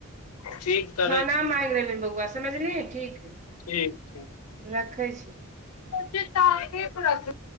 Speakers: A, on the right (about 30°); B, on the left (about 85°).
A: <inaudible>
B: ठीक करै
A: खाना
B: छी
A: मांगि रहलै बौआ समझली ठीक।
B: ठीक छै।
A: रखै छिऔ।
B: जे ताके पर <unintelligible>